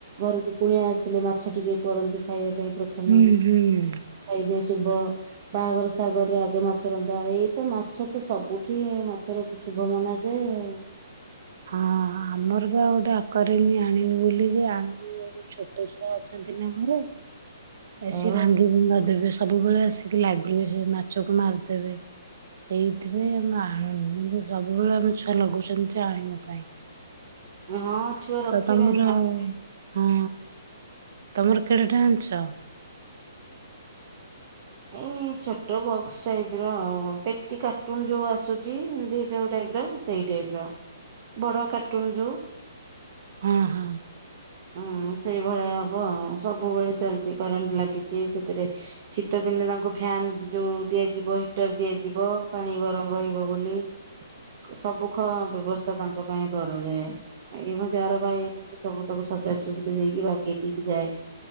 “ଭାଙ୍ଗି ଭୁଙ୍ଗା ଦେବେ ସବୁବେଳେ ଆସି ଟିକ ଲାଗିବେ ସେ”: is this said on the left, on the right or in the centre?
Right